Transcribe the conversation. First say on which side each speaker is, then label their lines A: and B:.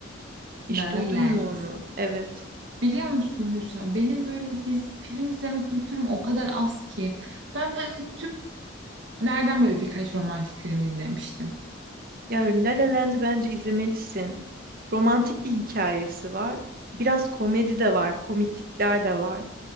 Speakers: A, on the right; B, on the right.
A: Hiç
B: La La
A: duydun
B: Land.
A: mu onu? Evet.
B: Biliyor musun Yusra, benim böyle dizi, film izleme kültürüm o kadar az ki. Ben hani Türklerden böyle birkaç romantik film izlemiştim.
A: Ya La La Land'i bence izlemelisin. Romantik bir hikayesi var. Biraz komedi de var, komiklikler de var.